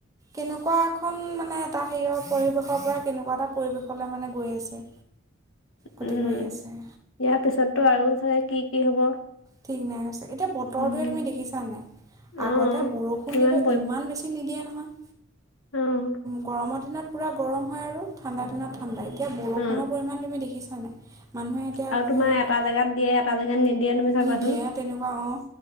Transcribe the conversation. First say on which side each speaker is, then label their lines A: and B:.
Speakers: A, on the right (about 15°); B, on the left (about 80°).
A: কেনেকুৱা এখন মানে এটা হেৰি অ' পৰিৱেশৰ পৰা কেনেকুৱা এটা পৰিৱেশলৈ মানে গৈ আছে গতি
B: উম
A: কৰি আছে!
B: ইয়াৰ পিছতটো আৰু চাগে কি, কি হ'ব!
A: ঠিক নাই <unintelligible> এতিয়া বতৰটোৱে
B: উম
A: তুমি দেখিছা নে নাই, আগতে
B: অ
A: বৰষুণ
B: কিমান
A: দিলেও ইমান বেছি নিদিয়ে নহয়!
B: উম।
A: গৰমৰ দিনত পুৰা গৰম হয়, আৰু ঠাণ্ডা দিনত ঠাণ্ডা এতিয়া বৰষুণৰ
B: উম
A: পৰিমাণ তুমি দেখিছা নাই, মানুহে এতিয়া
B: আৰু
A: হেৰি
B: তোমাৰ এটা জেগাত দিয়ে, এটা জেগাত নিদিয়ে! তুমি চাবাচোন
A: নিদিয়ে, তেনেকুৱা অ'।